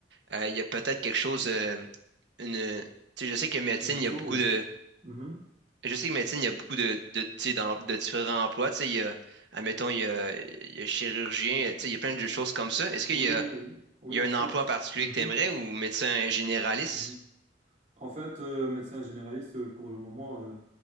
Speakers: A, on the right; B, on the right.
A: euh, il y a peut-être quelque chose, euh, une, tu sais, je sais que médecine,
B: Une cause.
A: il y a beaucoup de
B: Mhm.
A: je sais que médecine, il y a beaucoup de, de, tu sais, d'em- de différents emplois. Tu sais, il y a, admettons, il y a, il y a chirurgien, tu sais, il y a plein de choses comme ça. Est-ce qu'il
B: Oui,
A: y
B: oui,
A: a,
B: oui. Oui,
A: il y
B: en
A: a un
B: fait.
A: emploi en particulier
B: Mhm,
A: que tu aimerais ou médecin généraliste?
B: mhm. En fait, euh, médecin généraliste, euh, pour le moment, euh,